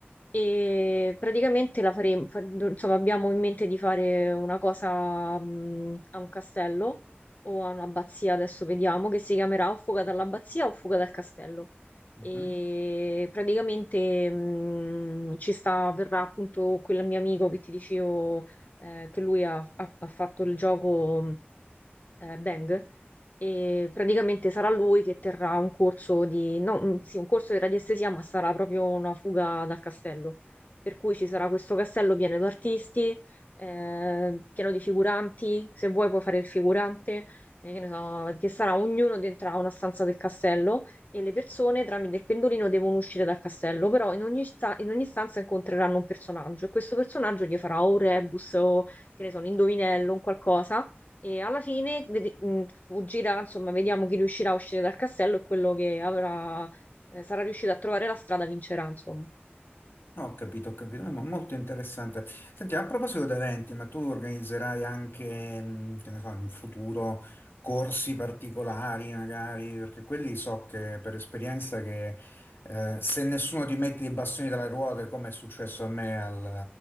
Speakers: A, on the left; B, on the left.
A: e praticamente la faremo, fa- insomma, abbiamo in mente di fare una cosa mh, a un castello o a un'abbazia, adesso vediamo, che si chiamerà o Fuga dall'abbazia o Fuga dal castello.
B: Mhm.
A: E praticamente mh, ci sta, verrà appunto quel mio amico che ti dicevo eh, che lui ha ha- ha fatto il gioco eh, Bang, e praticamente sarà lui che terrà un corso di, no, mm, sì, un corso di radiestesia, ma sarà proprio una fuga dal castello. Per cui ci sarà questo castello pieno di artisti, eh, pieno di figuranti, se vuoi puoi fare il figurante, eh, che ne so, che sarà ognuno dentro a una stanza del castello e le persone tramite il pendolino devono uscire dal castello, però in ogni, sta- in ogni stanza incontreranno un personaggio e questo personaggio gli farà o un rebus o che ne so, un indovinello, un qualcosa e alla fine vede- mh, fuggirà, insomma, vediamo chi riuscirà a uscire dal castello e quello che avrà, eh, sarà riuscito a trovare la strada vincerà, insomma.
B: No, Ho capito, ho capito, è mo- molto interessante. Senti, a proposito di eventi, ma tu organizzerai anche, mh, che ne so, in futuro corsi particolari magari, perché quelli so che per esperienza che eh, se nessuno ti mette i bastoni tra le ruote, come è successo a me al,